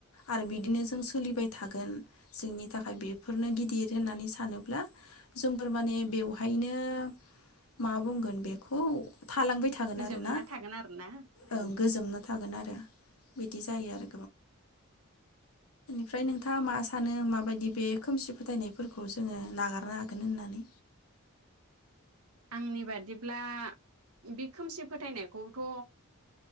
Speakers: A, on the left (about 80°); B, on the right (about 80°).
A: आरो बिदिनो जों सोलिबाय थागोन जोंनि थाखाय बेफोरनो गिदिर होननानै सानोब्ला जोंफोर माने बेवहायनो मा बुंगोन बेखौ थालांबाय थागोन
B: गोजोमना
A: आरो ना
B: थागोन आरोना औ उम
A: ओं गोजोमना थागोन आरो बिदि जायो आरो। फ्राय नोंथाङा मा सानो माबायदि बे खोमसि फोथायनायफोरखौ जोङो नागारनो हागोन होननानै
B: आंनि बादिब्ला बे खोमसि फोथायनायखौथ